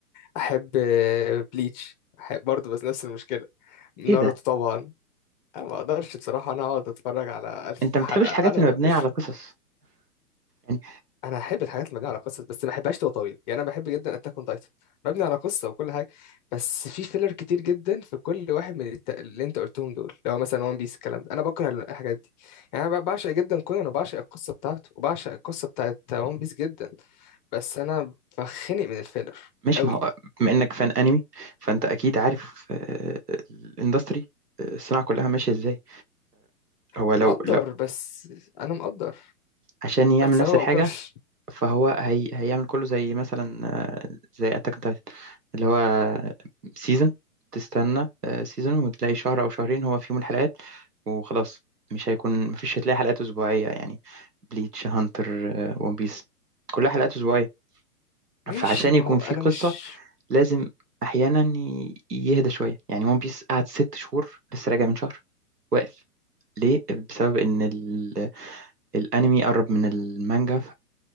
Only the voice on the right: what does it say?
ايه ده
انت ما
بتحبش الحاجات
اللي مبنيه
على قصص يعني
مش
ما هو بما انك فان انمي فانت اكيد عارف آه، الاندستري آه، الصناعه كلها ماشيه ازاي فهو لو
لو
عشان يعمل
نفس
الحاجه
فهو هي... هيعمل كله زي مثلا آه، زي اتاك اون تايتن اللي هو سيزون تستنى سيزون وتلاقي شهر او شهرين هو فيهم الحلقات وخلاص مش هيكون مفيش هتلاقي حلقات اسبوعيه يعني بليتش هانتر ون بيس كلها حلقات اسبوعيه
فعشان
يكون
في قصه
لازم احيانا ي- يهدى شويه يعني ون بيس قعد ست شهور لسه راجع من شهر واقف ليه بسبب ان ال... الانمي قرب من المانجا